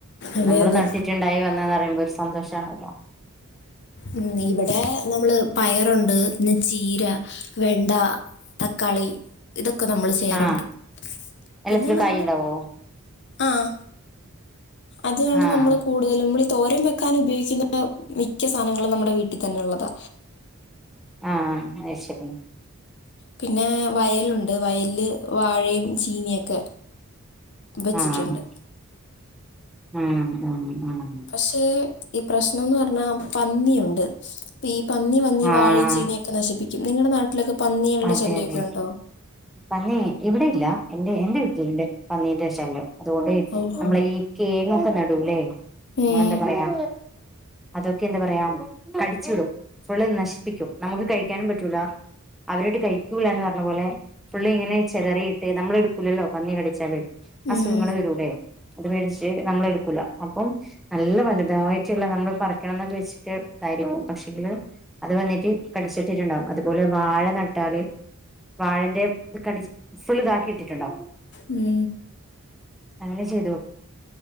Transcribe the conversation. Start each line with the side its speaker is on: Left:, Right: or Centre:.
Left: അതെ
Centre: നമ്മള്
Left: അതെ
Centre: നട്ടിട്ട്ണ്ടായി വന്നതാ പറയുമ്പോ ഒര് സന്തോഷാണ അപ്പോ
Left: ഉം ഇവ്ടെ നമ്മള് പയറൊണ്ട് പിന്നെ ചീര, വെണ്ട തക്കാളി ഇതൊക്കെ നമ്മള് ചെയ്യാറൊണ്ട്
Centre: ആഹ് എല്ലാത്തിലും
Left: പിന്നെ നമ്മള്
Centre: കായ് ഉണ്ടാവോ
Left: ആഹ് അത് ആണ്
Centre: ആഹ്
Left: നമ്മള് കൂ ടുതലും നമ്മളീ തോരൻ വെക്കാൻ ഉപയോഗിക്കുന്ന മിക്ക സാനങ്ങളും നമ്മടെ വീട്ടിതന്നെഉള്ളതാ.
Centre: ആഹ് അത് ശെരി.
Left: പിന്നെ വയലൊണ്ട് വയലില് വാഴയും ചീനിയൊക്കെ. വെച്ചിട്ടുണ്ട്
Centre: ആഹ് ആഹ് ആഹ് ആഹ്.
Left: പക്ഷേ ഈ പ്രശ്നംന്ന് പറഞ്ഞാ പന്നിയൊണ്ട് ഇപ്പൊ ഈ പന്നിവന്ന് ഈ
Centre: ആഹ്
Left: വാഴേം ചീനിയൊക്കെ നശിപ്പിക്കും നിങ്ങടെ നാട്ടിലൊക്കെ പന്നികൾടെ
Centre: അതെ
Left: ശല്യംവൊക്കെ
Centre: അതെ
Left: ഒണ്ടോ?
Centre: പന്നി ഇവ്ടെ ഇല്ല എന്റെ എന്റെ വീട്ടില്ണ്ട് പന്നീന്റെ ശല്യം അതുകൊണ്ട്
Left: ഓ
Centre: നമ്മളെ
Left: ഓ
Centre: ഈ കേങ്ങൊക്കെ നടൂലേ ഇങ്ങളെന്താ
Left: ഉം,
Centre: പറയാ അതൊക്കെ എന്താ പറയാ കടിച്ചിടും ഫുള്ള് നശിപ്പിക്കും നമുക്ക് കഴിക്കാനും പറ്റൂല അവരൊട്ട് കഴിക്കൂല്ലാന്ന് പറഞ്ഞപോലെ ഫുള്ള് ഇങ്ങനെ ചെതയിറിട്ട് നമ്മള് എട്ക്കൂല്ലല്ലോ പന്നി കടിച്ചാല്. അസുഖങ്ങള്
Left: ഉം,
Centre: വരൂല്ലേ അത് പേടിച്ച് നമ്മളെ എടുക്കൂല അപ്പം. നല്ല വലുതായിട്ട്ള്ള നമ്മള് പറിക്കണം എന്നൊക്കെ വച്ചിട്ട് ഇതായിരിക്കും പക്ഷെങ്കില്. അത് വന്നിട്ട് കടിച്ചിട്ടിട്ടുണ്ടാവും അതുപോലെ വാഴ നട്ടാല് വാഴന്റെ ഇത് കടി ഫുൾ ഇതാക്കി ഇട്ടിട്ടുണ്ടാവും.
Left: ഉം.
Centre: അങ്ങനെ ചെയ്തു.